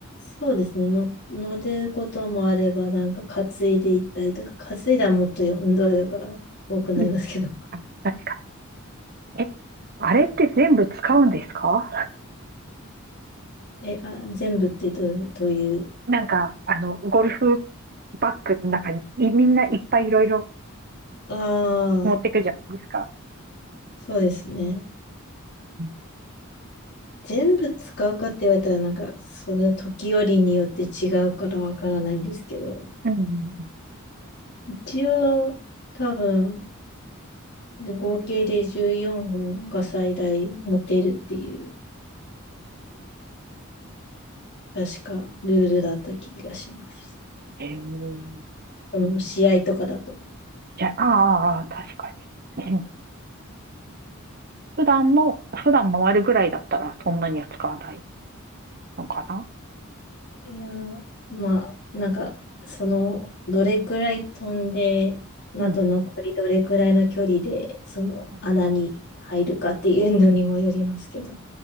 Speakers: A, on the left; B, on the right.
A: そうですね。の、乗ることもあれば、なんか担いでいったりとか、担いだらもっとよ運動量が多くなりますけど。
B: うん、あ確かに。え、あれって全部使うんですか
A: <laughs> え、あ、全部ってどう、どういう、
B: なんか、あの、ゴルフバッグの中にいみんないっぱいいろいろ
A: ああ、
B: 持ってくじゃないですか。
A: そうですね。
B: うん
A: 全部使うかって言われたら、なんか、その時折によって違うからわからないんですけど、
B: うんうん
A: 一応、多分、合計で14本が最大持てるっていう、確かルールだった気がします。
B: へえ。へえ。
A: あの、試合とかだと。
B: いや、ああ、ああ確かに。うん普段の、普段回るぐらいだったらそんなには使わないのかな。
A: いやー、まあ、なんか、その、どれくらい飛んで、あと残りどれくらいの距離で、
B: うん。うん
A: その穴に入るかっていうのにもよりますけど。
B: うんうん